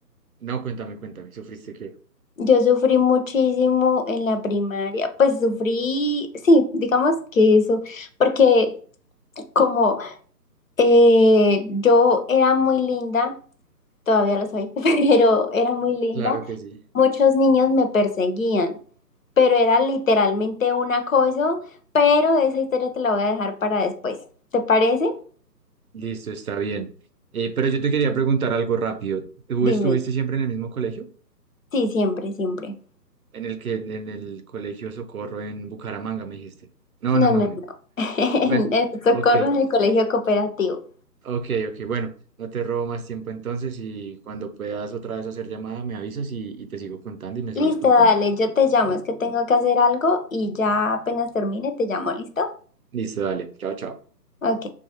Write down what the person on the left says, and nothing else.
yo sufrí muchísimo en la primaria, pues sufrí, sí, digamos que eso, porque como eh, yo era muy linda, todavía lo soy, <laughs> pero era muy linda.
Muchos niños me perseguían, pero era literalmente un acoso, pero esa historia te la voy a dejar para después. ¿Te parece?
Dime.
Sí, siempre, siempre.
No,
no,
no. <laughs>
En el socorro
en el colegio cooperativo.
Listo,
dale, yo te llamo,
es que tengo que hacer algo y ya apenas termine, te llamo, ¿listo?
Ok.